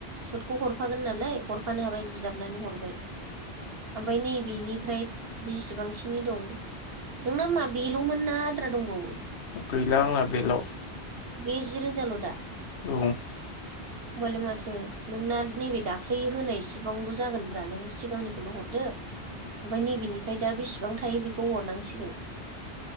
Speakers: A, on the right (about 65°); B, on the left (about 65°).
A: सुटखौ हरफागोन नालाय हरफानो हाबाय बुजाबनानै हरबाय। ओमफाय नैबेनिफ्राय बिसिबांखिनि दं। नोंना मा बेल'मोन ना आद्रा दंबावो?
B: गैला आंना बेल'।
A: बे जि रोजाल' दा।
B: औ।
A: <unintelligible> होमबालाय माथो नोंना नैबे दाख्लै होनायसिबांल' जागोनब्रा नों सिगांनिखौल' हरदो। ओमफाय नैबेनिफ्राय दा बेसेबां थायो बेखौ हरनांसिगोन।